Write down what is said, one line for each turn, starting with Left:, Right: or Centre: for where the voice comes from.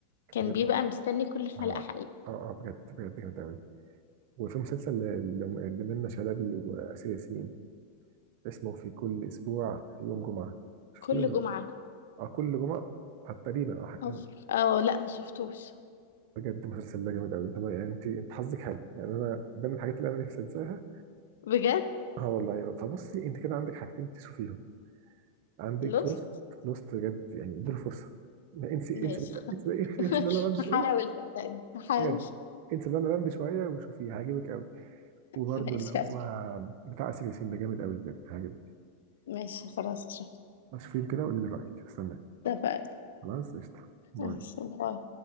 Left: كان
Right: بجد
Left: بيبقى مستني كل حلقة
Right: اه اه
Left: حقيقي
Right: اه بجد بجد جامد قوي وفي مسلسل ل- ل- لمنى شلبي واسر ياسين اسمه في كل اسبوع في يوم جمعه شفتيه
Left: كل
Right: ولا
Left: جمعة
Right: لا اه كل جمعه آه، تقريبا اه حاجه
Left: أو- اه لا ما شفتوش
Right: بجد المسلسل ده جامد قوي انت ما- يعني انت انت حظك حلو يعني انا ده من الحاجات اللي انا نفسي انساها
Left: بجد
Right: اه والله فبصي انت كده عندك حاجتين تشوفيهم عندك
Left: لوست
Right: لوست لوست بجد يعني اديله فرصه ما انسي
Left: ماشي
Right: انسي
Left: خلاص
Right: انسي انسي,
Left: <laughs>
Right: انسي لا لا لاند شويه
Left: هحاول صدقني هحاول
Right: بجد انسي لا لا لاند شويه وشوفيه هيعجبك قوي وبرده
Left: ماشي
Right: اللي هو بتاع اسر ياسين ده جامد قوي بجد هيعجبك
Left: ماشي خلاص شفت
Right: شوفيه كده وقولي لي رايك استناك
Left: اتفقنا
Right: خلاص قشطه باي
Left: ماشي باي